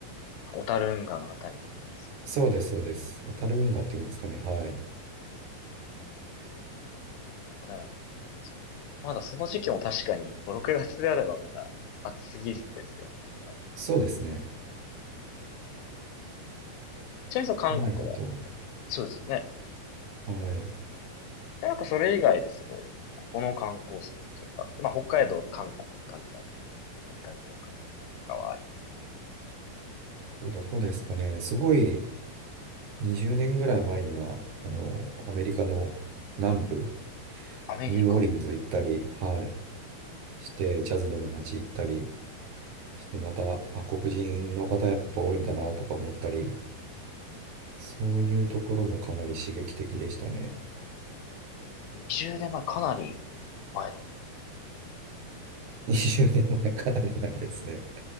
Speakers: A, on the left (about 80°); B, on the right (about 65°).
A: 小樽運河のあたりとかですよ。
B: そうです、そうです。小樽運河っていうんですかね。はい。
A: まあ、でも、まだその時期も確かに5、6月であればまだ暑すぎずですよね。多分
B: そうですね。
A: ちなみにそう韓国だ。
B: 国内だと。
A: そうですよね。
B: はい。
A: じゃあなんかそれ以外ですごい、ここの観光スポットよかった。まあ北海道、韓国に限らず行かれてよかったとことかはあります。
B: どこですかね。すごい、20年ぐらい前には、あの、アメリカの南部、
A: アメリカ。
B: ニューオーリンズ行ったり、はい。して、ジャズの街行ったりして、また、あ、黒人の方やっぱ多いんだなとか思ったり、
A: うん
B: そういうところもかなり刺激的でしたね。
A: 20年前、かなり前の。
B: 20年前、かなり前ですね。